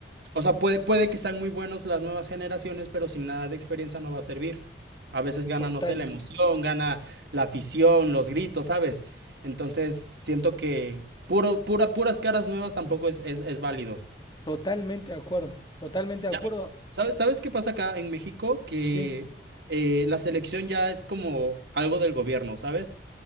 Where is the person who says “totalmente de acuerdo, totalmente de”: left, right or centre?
Left